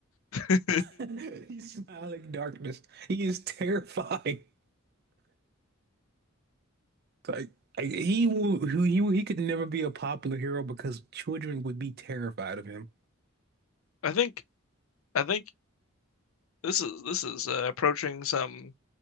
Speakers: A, on the left (about 80°); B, on the right (about 50°).
A: <laughs>
B: <laughs> He's smiling darkness. He is terrifying. <laughs> Like, like he will, he he could never be a popular hero because children would be terrified of him.
A: I think I think this is this is uh, approaching some